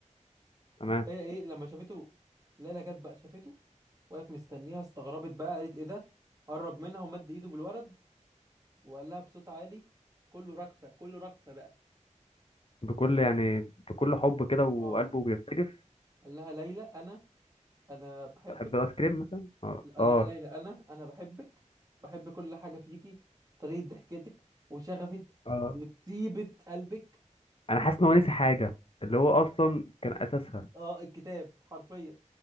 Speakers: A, on the left; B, on the right.
A: تمام
B: وهي ايه لما شافته ليلى جت بقى شافته واقف مستنيها استغربت بقى قالت ايه ده قرب منها ومد ايده بالورد وقال لها بصوت عالي كله رجفة كله رجفة بقى
A: بكل يعني بكل حب كده وقلبه
B: اه
A: بيرتجف
B: قال لها ليلى انا انا بحبك
A: بحب الايس كريم مثلا اه
B: قال
A: اه
B: لها ليلى انا انا بحبك بحب كل حاجه فيكي طريقه ضحكتك وشغفك
A: اه
B: وطيبه قلبك
A: انا حاسس ان هو نسي حاجه اللي هو اصلا كان اساسها
B: اه الكتاب حرفيا